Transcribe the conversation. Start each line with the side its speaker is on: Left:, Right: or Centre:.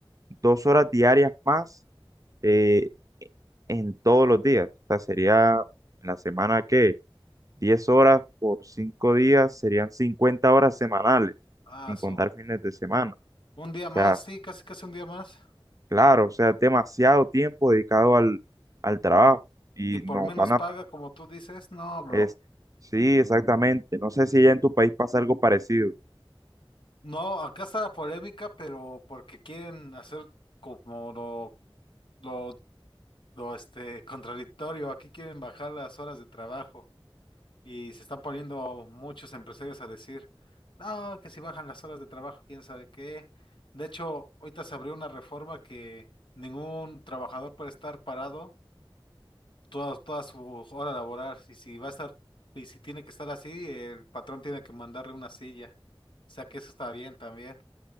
Right: dos horas diarias más eh, en todos los días. O sea, sería en la semana que 10 horas por 5 días serían 50 horas semanales,
Left: Ah,
Right: sin
Left: eso.
Right: contar fines de semana.
Left: Un día más,
Right: O sea,
Left: sí, casi casi un día más.
Right: Claro, o sea, es demasiado tiempo dedicado al, al trabajo y
Left: Y por
Right: nos
Left: menos
Right: van a...
Left: paga,
Right: pa-
Left: como tú dices, no, bro.
Right: Es, sí, exactamente. No sé si ya en tu país pasa algo parecido.
Left: No, acá está la polémica, pero porque quieren hacer como lo, lo, lo este, contradictorio. Aquí quieren bajar las horas de trabajo y se están poniendo muchos empresarios a decir, no, que si bajan las horas de trabajo, quién sabe qué. De hecho, ahorita se abrió una reforma que ningún trabajador puede estar parado toda, toda su hora laboral. Y si va a estar, y si tiene que estar así, el patrón tiene que mandarle una silla. O sea que eso está bien también.